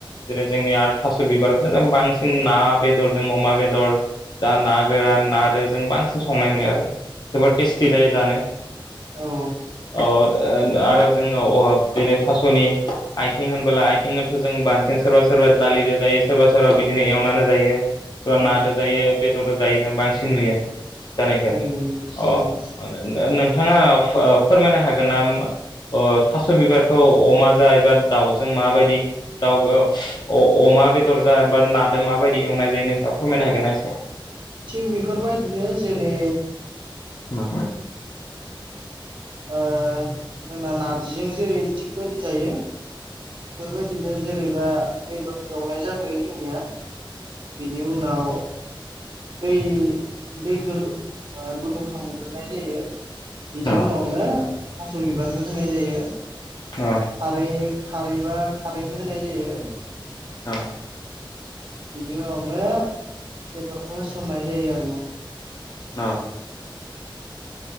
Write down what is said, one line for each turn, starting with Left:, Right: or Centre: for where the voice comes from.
Left: जेरै जोंनि आरो थास' बिबारखौनो जों बांसिन ना बेदरजों अमा बेदर जा ना गोरान नादो जों बांसिन संनाय नुयो आरो। जोबोर टेस्टि जायो जानो
Right: औ
Left: ओ <unintelligible> आरो जोङो अ बिनो थास'नि आइथिं होनबोला आइथिंखौथ' जों बांसिन सोरबा सोरबा दालिजों जायो सोरबा सोरबा बिदिनो एवनानै जायो सोरबा
Right: औ
Left: नादो जायो। बे <unintelligible> जायो जों बांसिन नुयो। जानायखौ
Right: नुयो नुयो।
Left: अ
Right: नुयो
Left: नों-नोंथाङा फो-फोरमायनो हागोन ना मा? ओ थास' बिबारखौ अमा जा एबा दाउजों माबायदि दाउ ओ अ-अ मा बेदर जा नादो माबायदि एवनाय जायो नोंथाङा फोरमायनो हागोन ना एसे?
Right: थिग बेफोरबायदिनो जेरै
Left: मा?
Right: ओ जोंना नारजिजों जेरै थिग बायदि जायो। बेफोरबायदिनो जेरैबा बेदर एवनाय जाग्रोयो जोंनिया। बिनि उनाव दै दैखौ ओ गुदुं खालामग्रोनाय जायो। बेनि
Left: अ
Right: उनावनो थास' बिबारखौ होनाय जायो
Left: अ
Right: खारै खारैबा खारैखौ होनाय जायो।
Left: औ।
Right: बेनि उनावनो बेदरखौ होसननाय जायो आरोना।
Left: अ।